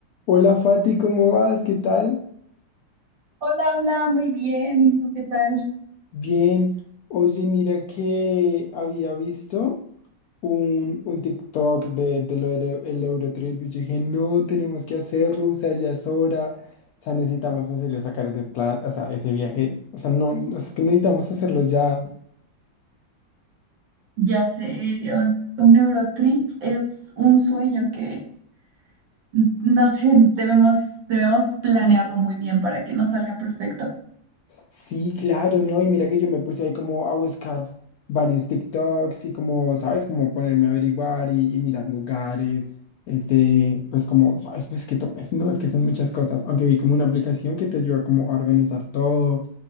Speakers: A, on the left; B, on the right.
A: Hola Fati, ¿cómo vas? ¿Qué tal?
B: Hola, hola, muy bien. ¿Y tú qué tal?
A: Bien. Oye, mira que había visto un, un TikTok de, de lo del el Eurotrip y yo dije, no, tenemos que hacerlo, o sea, ya es hora, o sea, necesitamos en serio sacar ese plan, o sea, ese viaje, o sea, no, o sea, es que necesitamos hacerlo ya.
B: Ya sé, Dios, un Eurotrip es un sueño que, n- no sé, debemos, debemos planearlo muy bien para que nos salga perfecto.
A: Sí, claro, ¿no? Y mira que yo me puse ahí como a buscar varios TikToks y como, ¿sabes? Como ponerme a averiguar y, y mirar lugares, este, pues como, ¿sabes? Pues que, to- es- no, es que son muchas cosas, aunque vi como una aplicación que te ayuda como a organizar todo.